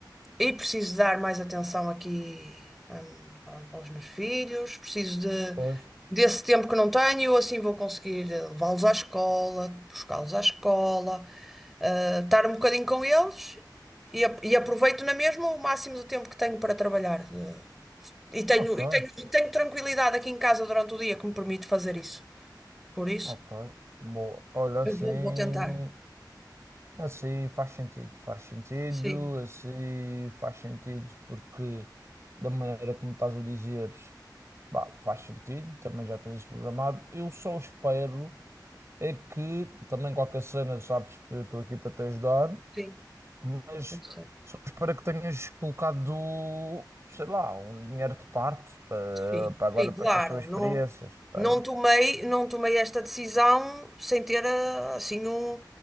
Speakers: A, in the centre; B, on the right (about 40°).
A: e preciso dar mais atenção aqui, hum, ao- aos meus filhos, preciso de,
B: pois.
A: desse tempo que não tenho, assim vou conseguir eh, levá-los à escola, buscá-los à escola, eh, estar um bocadinho com eles e, ap- e aproveito na mesma o máximo de tempo que tenho para trabalhar. eh, E tenho,
B: Ok,
A: e tenho, e tenho tranquilidade aqui em casa durante o dia que me permite fazer isso. Por isso,
B: ok. Boa. Olha, assim.
A: eu vou, vou tentar.
B: Assim faz sentido, faz sentido,
A: Sim,
B: assim faz sentido, porque da maneira como estás a dizer, bah, faz sentido, também já tens isso programado. Eu só espero é que, também qualquer cena, sabes que eu estou aqui para te ajudar,
A: sim,
B: mas
A: eu sei.
B: só espero é que tenhas colocado, sei lá, um dinheiro de parte para,
A: Sim,
B: para agora,
A: sim, claro.
B: para estas tuas experiências,
A: Não, não
B: sabes?
A: tomei, não tomei esta decisão sem ter ah, assim um,